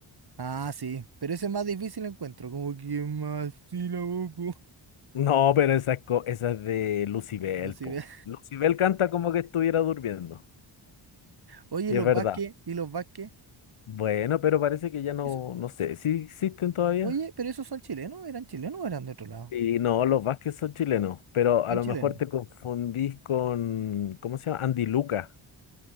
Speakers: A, on the right; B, on the left.
A: Ah, sí, pero ese es más difícil encuentro, como que más sílabo, <laughs>
B: No, pero esa es, co- esa es de Lucibel,
A: no si
B: po.
A: ve.
B: Lucibel canta como que estuviera durmiendo.
A: Oye,
B: Y
A: ¿y los
B: es verdad.
A: Vázquez, y los Vázquez,
B: Bueno, pero parece que ya no,
A: eso,
B: no sé, ¿sí existen todavía?
A: oye, pero esos son chilenos, ¿eran chilenos o eran de otro lado?
B: Y no, los Vázquez son chilenos, pero a
A: Son
B: lo
A: chilenos.
B: mejor te confundís con, ¿cómo se llama? Andy Luca.